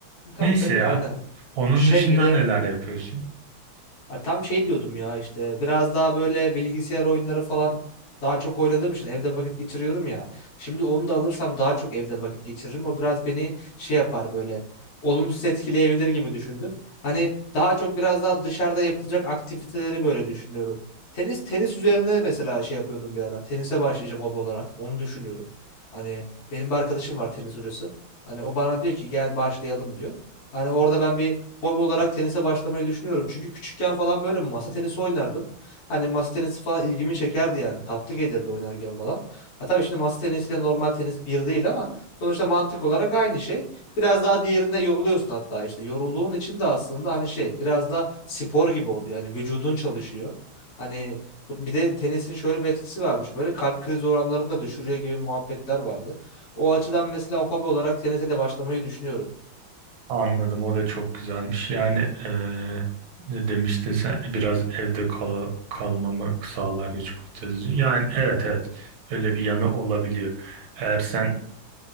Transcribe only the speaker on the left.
Tabii
tabii
aynen.
Şey
bir de
ha, tam şey diyordum ya işte biraz daha böyle bilgisayar oyunları falan daha çok oynadığım için evde vakit geçiriyorum ya. Şimdi onu da alırsam daha çok evde vakit geçiririm. O biraz beni şey yapar böyle olumsuz etkileyebilir gibi düşündüm. Hani daha çok biraz daha dışarıda yapılacak aktiviteleri böyle düşünüyorum. Tenis tenis üzerine mesela şey yapıyordum bir ara. Tenise başlayacağım hobi olarak. Onu düşünüyorum. Hani benim bir arkadaşım var tenis hocası. Hani o bana diyor ki gel başlayalım diyor. Hani orada ben bir hobi olarak tenise başlamayı düşünüyorum. Çünkü küçükken falan böyle masa tenisi oynardım. Hani masa tenisi falan ilgimi çekerdi yani. Tatlı gelirdi oynarken falan. Ha tabii şimdi masa tenisiyle normal tenis bir değil ama sonuçta mantık olarak aynı şey. Biraz daha diğerinde yoruluyorsun hatta işte. Yorulduğun için de aslında hani şey biraz da spor gibi oluyor. Hani vücudun çalışıyor. Hani bir de tenisin şöyle bir etkisi varmış. Böyle kalp krizi oranlarını da düşürüyor gibi muhabbetler vardı. O açıdan mesela hobi olarak tenise de başlamayı düşünüyorum.